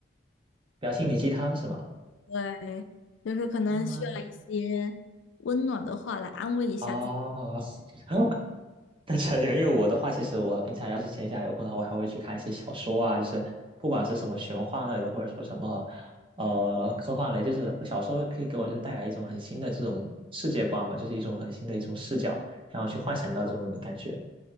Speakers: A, on the right (about 30°); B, on the left (about 85°).
A: 比较心灵鸡汤是吗？
B: 会就是可能需要一些温暖的话来安慰一下自己。
A: 啊，哦。<laughs> 那差点，<laughs> 因为我的话，其实我平常要是闲暇有空的话，我还会去看一些小说啊，就是不管是什么玄幻类的，或者说什么呃科幻类，就是小说会可以给我就是带来一种很新的这种世界观嘛，就是一种很新的一种视角，让我去幻想到这种感觉。